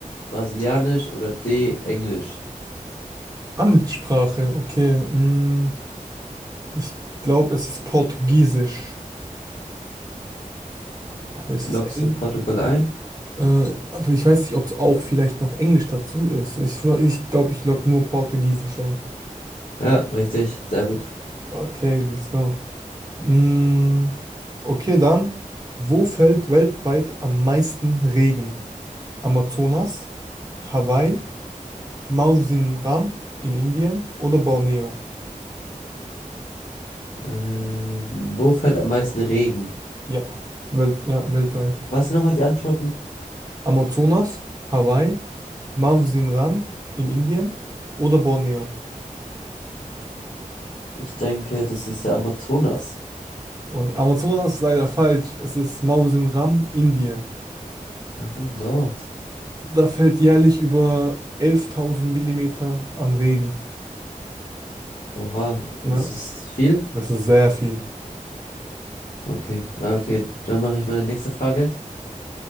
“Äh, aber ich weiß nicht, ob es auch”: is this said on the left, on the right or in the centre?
Right